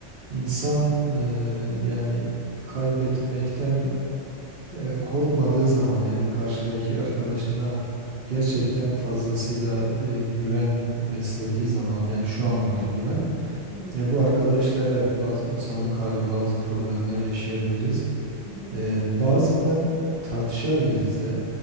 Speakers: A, on the right; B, on the right.
A: İnsan e, yani kaybetmekten e, korkmadığı zaman yani karşıdaki arkadaşına gerçekten fazlasıyla e, güven beslediği zaman yani şu anlamda
B: Hı.
A: güven.
B: Hı.
A: Ya bu arkadaşla evet bazı insanlık hali bazı problemler yaşayabiliriz.
B: Hı hı.
A: E, bazen tartışabiliriz de.